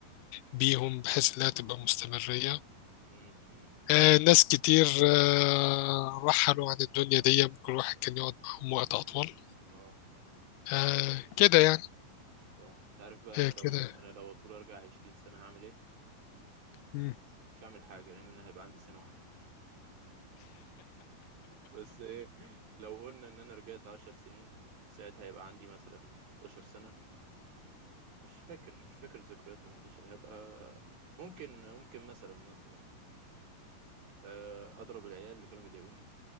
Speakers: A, on the left; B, on the right.
A: بيهم بحيث انها تبقى مستمرية
B: مم. مم.
A: آه ناس كتير آه رحلوا عن الدنيا دي ممكن الواحد كان يقعد معاهم وقت أطول
B: اه مم.
A: آه كده يعني
B: ف- تعرف بقى انا
A: آه
B: لو
A: كده
B: انا لو اطول ارجع 20 سنة هعمل ايه؟
A: مم.
B: مش هعمل حاجة لان انا هيبقى عندي سنة واحدة بس ايه لو قلنا ان انا رجعت 10 سنين ساعتها هيبقى عندي مثلا 11 سنة مش فاكر مش فاكر الذكريات من 11 هبقى ممكن ممكن مثلا مثلا آه، اضرب العيال اللي كانوا بيضايقوني